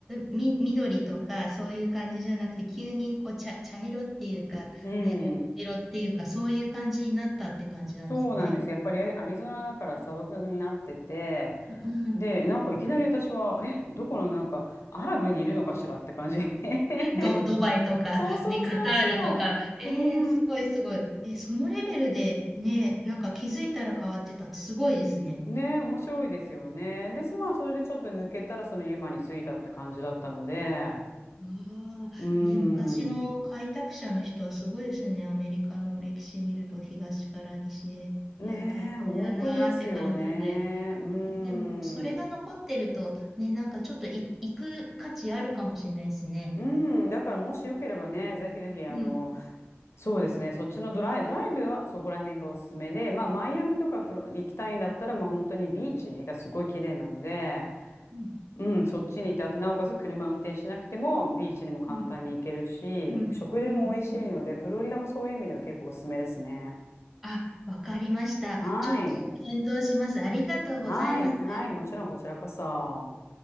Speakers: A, in the centre; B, on the left.
A: み、緑とか、そういう感じじゃなくて、急に、こう、茶、茶色っていうか、
B: うん。
A: ね、黄色っていうか、そういう感じになったって感じなんですね。
B: そうなんです。やっぱりアリゾナだから砂漠になってて、
A: うんうん。
B: で、なんかいきなり私は、え、どこのなんかアラブにいるのかしらって感じ。<laughs>
A: ド、ドバイとか、
B: そうそうそうそ
A: ね、カタールとか、えー、
B: う。うん
A: すごいすごい。えーそのレベルで、ね、なんか気づいたら変わってたってすごいですね。
B: ねえ、面白いですよね。で、そまあ、それでちょっと抜けたら、そのユマに着いたって感じだったので、
A: ああ、
B: うー
A: ね、昔の開拓者の人はすごいですね。
B: ん、
A: アメリカの歴史見ると東から西へ。
B: ねえ、
A: いや、大変やなーって感じで。
B: 本当ですよね。うーん、
A: ねでも、それが残ってると、ね、なんかちょっとい行く価値あるかもしれないですね。
B: うん、だからもしよければね、ぜひぜひ、あの、
A: うん、
B: そうですね、そっちのドライ、ドライブはそこら辺がおすすめで、まあ、マイアミとかフロ行きたいんだったら、まあ、本当にビーチがすごい綺麗なので、
A: うん、
B: うん、そっちに行って、あとなおかつ車運転しなくてもビーチにも簡単に行けるし、
A: うん、うん、うん。
B: 食事も美味しいので、
A: うんうん
B: フロリダもそういう意味では結構おすすめですね。
A: あ、わかりました。
B: はい。
A: ちょっと検討します。ありがとうございます。
B: はい。はい。もちろんこちらこそ。